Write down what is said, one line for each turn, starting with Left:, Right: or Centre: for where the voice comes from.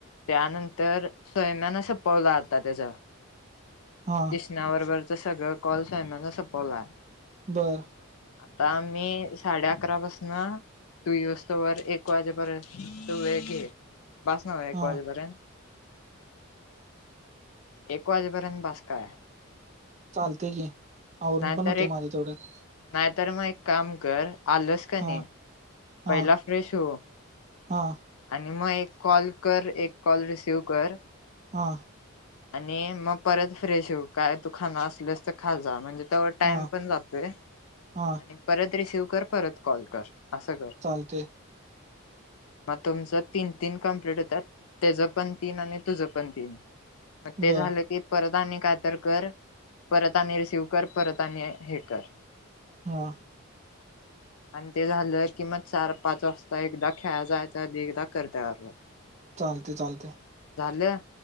Left: त्यानंतर स्वयम्यान संपवला आता त्याच
Right: हा
Left: <unintelligible> सगळ कॉल स्माना सपवलाय.
Right: बरं
Left: आता मी साडे अकरा पसन तू येऊ सतोवर एक वाजेपर्यंत तू वेळ घे बासनव एक
Right: हा
Left: वाजेपर्यंत? एक वाजेपर्यंत बास काय?
Right: चालतय की आवरून
Left: नाहीतर
Right: पण होतय
Left: एक
Right: माझ तेवढ्यात.
Left: नाहीतर मग एक काम कर आलंस कणी
Right: हा हा
Left: पहिला फ्रेश हो
Right: हा
Left: आणि मग एक कॉल कर एक कॉल रिसिव कर
Right: हां
Left: आणि मग परत फ्रेश हू. मग काय तू खाणर असलस तर खा जा म्हणजे तवर टाइम
Right: हा
Left: पण जातोय
Right: हा
Left: आणि परत रिसीव कर परत कॉल कर, असं कर.
Right: चालतय.
Left: मग तुमचं तीन -तीन कंप्लीट होतात. त्येज पण तीन आणि तुझं पण तीन. म ते
Right: बर
Left: झालं की परत आणि काय तर कर, परत आणि रिसिव कर परत आणि हे कर.
Right: हा.
Left: आणि ते झालं. किंमान चार -पाच वाजता एकदा खेळाय जायच आणि एकदा <unintelligible>
Right: चालतय, चालतय.
Left: झाल?